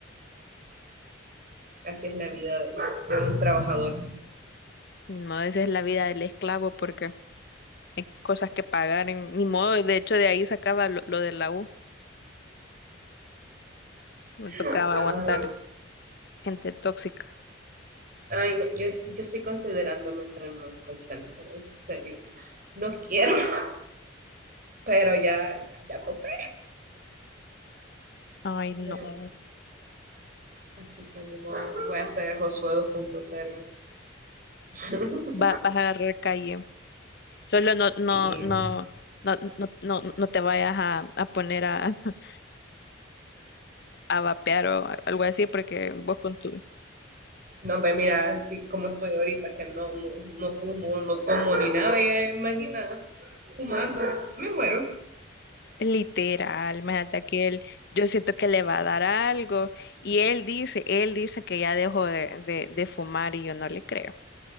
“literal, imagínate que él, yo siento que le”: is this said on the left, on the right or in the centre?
Left